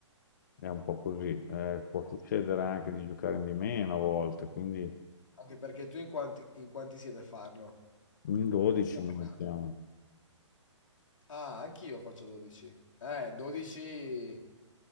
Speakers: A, on the left; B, on the left.
A: È un po' così, Eh, può succedere anche di giocare di meno a volte, quindi
B: Anche perché tu in quanti, in quanti siete a farlo?
A: in 12
B: Fate
A: noi
B: caso.
A: siamo.
B: Ah, anch'io faccio 12. Eh, 12...